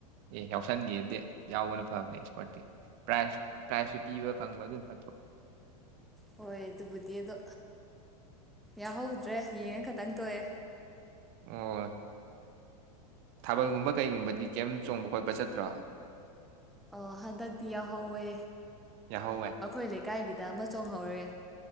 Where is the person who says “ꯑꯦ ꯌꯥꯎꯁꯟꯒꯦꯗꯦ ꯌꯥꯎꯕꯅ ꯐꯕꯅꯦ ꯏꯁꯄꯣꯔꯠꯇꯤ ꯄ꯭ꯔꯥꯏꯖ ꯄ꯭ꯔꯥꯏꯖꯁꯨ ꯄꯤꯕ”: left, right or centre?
Right